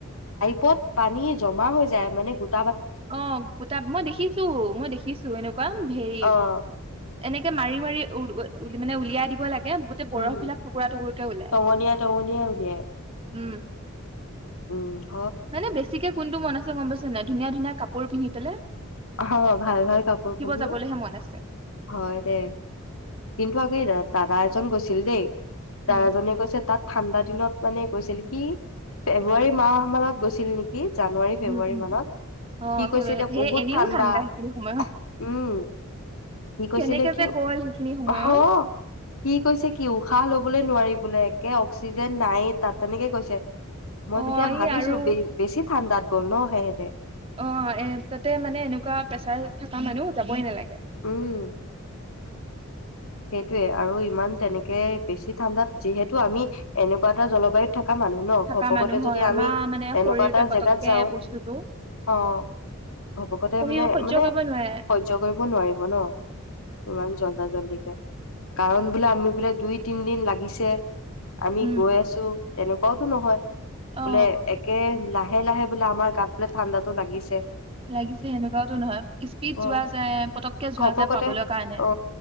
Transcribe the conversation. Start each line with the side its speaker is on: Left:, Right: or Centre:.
Left: পত পানী জমা হৈ যায়, মানে গোট
Right: অ', গোটা, মই দেখিছো, মই দেখিছো এনেকুৱা হেৰি
Left: অ'।
Right: এনেকে মাৰি মাৰি উ মানে উলিয়াই দিব লাগে। গোটেই বৰফ
Left: উম,
Right: বিলাক টুকুৰা টুকুৰকে ওলাই
Left: টঙলীয়াই-টঙলীয়াই উলিয়াই।
Right: উম।
Left: <inaudible>
Right: মানে বেছিকে কোনটো মন আছে গম পাইছে নে নাই, ধুনীয়া, ধুনীয়া কাপোৰ কিনি পেলে
Left: অ', ভাল ভাল কাপোৰ পিন্ধি,
Right: যাবলৈহে মন আছে
Left: হয় দে, কিন্তু আমি ৰাত দাদা এজন গৈছিল দেই। দাদাজনে
Right: উম
Left: কৈছে তাত ঠাণ্ডা দিনত মানে গৈছিল, সি ফেব্ৰুৱাৰী মাহ মানত গৈছিল নেকি? জানুৱাৰী, ফেব্ৰুৱাৰী
Right: উম উম
Left: মানত,
Right: অ
Left: সি
Right: ফেভাৰেট
Left: কৈছিলে
Right: সেই
Left: বহুত
Right: এনেও ঠাণ্ডা
Left: দা,
Right: সেইখিনি সময়ত
Left: উম সি কৈছিলে
Right: কেনেকে
Left: কি,
Right: যে গ'ল সেইখিনি সময়ত
Left: অ', সি কৈছে কি উশাহ ল'বলৈ নোৱাৰি বোলে, একে অক্সিজেন নাইয়েই তাত তেনেকে কৈছে। মই
Right: অ
Left: তেতিয়া
Right: এই
Left: ভাবিছো
Right: আৰু
Left: বে, বেছি ঠাণ্ডাত গ'ল ন, সেহঁতে
Right: অ', এ তাতে মানে এনেকুৱা প্ৰেছাৰ থকা মানুহ যাবই নালাগে।
Left: উম সেইটোয়ে আৰু ইমান তেনেকে বেছি ঠাণ্ডাত যিহেতু আমি এনেকুৱা এটা জলবায়ুত থাক থাকা মানুহ ন,
Right: থকা
Left: ঘপকতে
Right: মানুহ হয়
Left: যদি
Right: আমাৰ
Left: আমি
Right: মানে
Left: এনেকুৱা
Right: শৰীৰটোৱে
Left: এটা
Right: পতককে
Left: জেগাত যাও,
Right: বস্তুটো
Left: অ', ঘপকতে
Right: সহি
Left: মানে,
Right: সহ্য
Left: মানে
Right: কৰিব নোৱাৰে
Left: সহ্য কৰিব নোৱাৰিব ন, ইমান জ <unintelligible> কাৰণ বোলে আমি বোলে দুই-তিনদিন লাগিছে। আমি
Right: উম
Left: গৈ আছো। তেনেকুৱাওতো নহয়
Right: অ
Left: বোলে একে লাহে লাহে লাহে বোলে আমাৰ গাত বোলে ঠাণ্ডাটো লাগিছে
Right: লাগিছে সেনেকুৱাওটো নহয় স্পীড
Left: অ
Right: যোৱা যায় পতককে যোৱা
Left: ঘপকতে
Right: যায় পাবলে কাৰণে
Left: অ